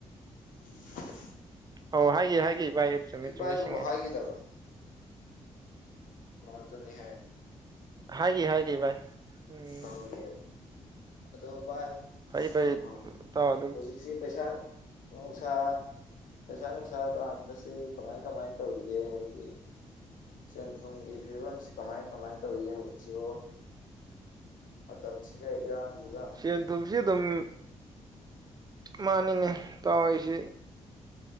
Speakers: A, on the left; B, on the right.
A: <inaudible>
B: ꯑꯧ ꯍꯥꯏꯒꯦ ꯍꯥꯏꯒꯦ ꯚꯥꯏ ꯆꯨꯝꯃꯤ
A: ꯏ
B: ꯆꯨꯝꯃꯤ
A: ꯄꯥꯏꯗꯨꯕꯨ
B: ꯅꯤꯡꯁꯤꯡꯉꯦ
A: ꯍꯥꯏꯈꯤꯗꯕ꯭ꯔꯣ ꯍ ꯂꯦ
B: ꯍꯥꯏꯒꯦ ꯍꯥꯏꯒ ꯚꯥꯏ ꯎꯝ
A: ꯑꯒ ꯑꯗꯣ ꯚꯥꯏ
B: ꯐꯩ ꯐꯩ
A: ꯑ
B: ꯏꯇꯥꯎ ꯑꯗꯨꯒꯤ
A: ꯍꯧꯖꯤꯛꯁꯤ ꯄꯩꯁꯥ ꯅꯨꯡꯁꯥ ꯄꯩꯁꯥ ꯅꯨꯡꯁꯥ ꯇ ꯍꯥꯟꯕꯁꯤ ꯀꯃꯥꯏ ꯀꯃꯥꯏꯅ ꯇꯧꯔꯤꯒꯦ ꯍꯧꯖꯤꯛꯇ ꯁꯦꯟ ꯊꯨꯝꯒꯤ ꯐꯤꯕꯝꯁꯤ ꯀꯃꯥꯏ ꯀꯃꯥꯏꯅ ꯇꯧꯔꯤꯒꯦ ꯍꯧꯖꯤꯛꯁꯤꯕꯣ ꯃ ꯍꯁꯤꯒ ꯏꯔꯗ
B: ꯌꯦꯟ ꯊꯨꯝꯁꯤ ꯑꯗꯨꯝ ꯃꯅꯤꯡꯅꯦ ꯇꯥꯎꯏꯁꯤ